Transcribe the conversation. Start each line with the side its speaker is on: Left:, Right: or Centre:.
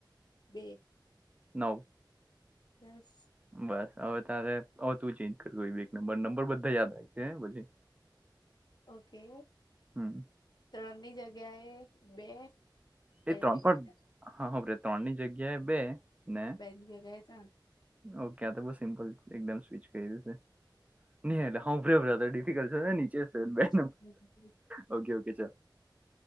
Left: બે.
Right: નવ.
Left: દસ.
Right: બસ હવે તારે તું ચેન્જ કર એક નંબર નંબર બધા યાદ આવે છે પછી.
Left: ઓકે,
Right: હમ
Left: ત્રણની જગ્યાએ બે બેની
Right: એ ત્રણ
Left: જગ્યાએ
Right: પણ હા ત્રણ ની જગ્યાએ બે. ને
Left: બેગ થ ગયા ત.
Right: ઓકે આ તો બહ સિમ્પલ એકદમ સ્વિચ કર્યું છે. ન એટલે હ ડિફિક્ટ ને <unintelligible> નીચે બે
Left: ત્રણ
Right: ઓ ઓકે ચલ.